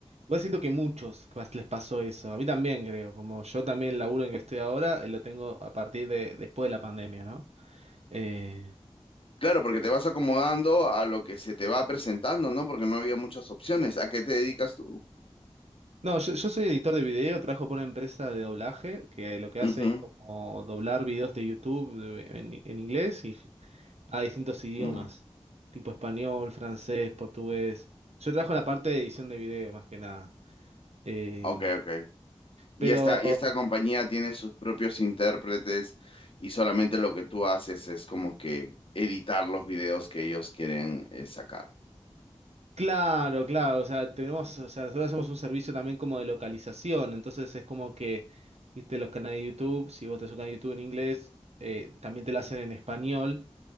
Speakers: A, on the right; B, on the left.
A: Voy siento que muchos pas- les pasó eso. A mí también creo, como yo también el laburo en que estoy ahora, eh, lo tengo a partir de después de la pandemia, ¿no? Eh,
B: Claro, porque te vas acomodando a lo que se te va presentando, ¿no? Porque no había muchas opciones. ¿A qué te dedicas tú?
A: no, yo, yo soy editor de video, trabajo por una empresa de doblaje que lo que hace
B: Ujú.
A: es como doblar videos de YouTube de- en, en inglés y a distintos idiomas,
B: Mm,
A: tipo español, francés, portugués. Yo trabajo en la parte de edición de video más que nada. Eh,
B: Ok, ok.
A: pero
B: Y esta, y esta compañía tiene sus propios intérpretes y solamente lo que tú haces es como que editar los videos que ellos quieren eh, sacar.
A: Claro, claro, o sea, tenemos, o sea, nosotros hacemos un servicio también como de localización, entonces es como que, viste, los canales de YouTube, si vos tenés un canal de YouTube en inglés, eh, también te lo hacen en español,